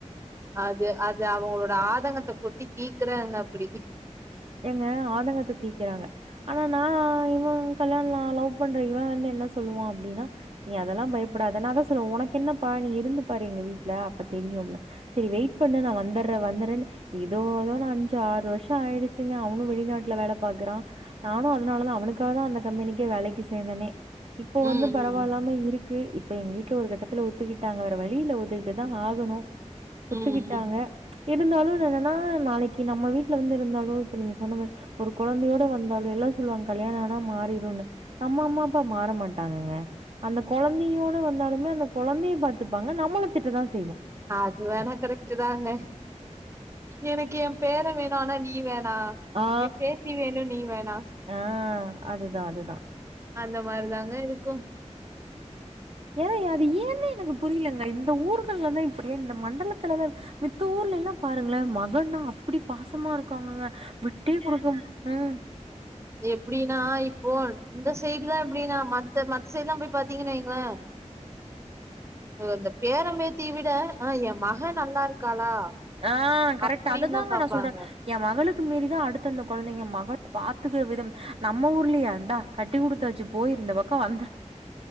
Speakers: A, on the right (about 20°); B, on the right (about 50°).
A: அது அது அவுங்களோட ஆதங்கத்தை கொட்டி தீக்குறாங்க அப்படி
B: எங்க ஆதங்கத்தை தீக்கிறாங்க ஆனா நான் இமா கல்யாணம் நான் லவ் பண்ற இவன் வந்து என்ன சொல்லுவான் அப்டின்னா நீ அதெல்லாம் பயப்படாத நான் அதான் சொல்லுவன் உனக்கு என்னப்பா நீ இருந்து பாரு எங்க வீட்டுல அப்ப தெரியும் சரி வெயிட் பண்ணு நான் வந்துடுற வந்துறேன்னு ஏதோ ஏதோ அஞ்சு ஆறு வருஷம் ஆயிடுச்சு ச்சுங்க அவனும் வெளிநாட்டுல வேல பாக்குறான் நானும் அதனாலதான் அவனுக்காக தான் அந்த கம்பெனிக்கே வேலைக்கு சேர்ந்தனே இப்ப வந்து
A: ம்
B: பரவால்லாம
A: ம்
B: இருக்கு இப்ப எங்க வீட்டுல ஒரு கட்டத்துல ஒத்துக்கிட்டாங்க வேற வழியில ஒத்துக்கிட்டு தான் ஆகணும் ஒத்துக்கிட்டாங்க
A: ம் ம்
B: இருந்தாலும் என்னன்னா நாளைக்கு நம்ம வீட்டுல வந்து இருந்தாலும் இப்ப நீங்க சொன்ன மாதிரி ஒரு கொழந்தையோட வந்தாலும் எல்லாம் சொல்லுவாங்க கல்யாணம் ஆனா மாறிடும் நம்ம அம்மா அப்பா மாற மாட்டாங்கங்க அந்த குழந்தையோட வந்தாலுமே அந்த குழந்தைய பாத்துப்பாங்க நம்மள திட்டதான்
A: அது வேண கரெட்டு தாங்க எனக்கு என் பேர வேணானா நீ வேணா
B: ஆ
A: ஏன் பேத்தி வேணும் நீ வேணா
B: ஆ அதுதா அதுதா
A: அந்த மாரி தாங்க இருக்கும்
B: எத அது ஏன்னே எனக்கு புரியலங்க இந்த ஊர்கள்ல தான் இப்படியா இந்த மண்டலத்துலதா மித்த ஊர்ல எல்லாம் பாருங்களே மகனா அப்டி பாசமா இருக்கும் ங்கங்க விட்டே கொடுக்கும் உம்
A: எப்படீனா இப்போ இந்த சைடு தான் இப்படின்னா மத்த மத்த சைடு எல்லாம் போய் பாத்தீங்கன்னா இந்த பேரம்பேத்தி விட ஆஹ் என் மக நல்லா இருக்காளா
B: ஆஹ் கரெக்ட்
A: அப்படின்னு
B: அதைதாங்க
A: தான் பாப்பாங்க
B: நான் சொல்றேன் என் மகளுக்கு மீறி தான் அடுத்தந்த குழந்தைங்க மகள் பார்த்துக்கிற விதம் நம்ம ஊர்லயே இந்தா க கட்டி குடுத்தாச்சு போயிருந்த பக்கம் வந்து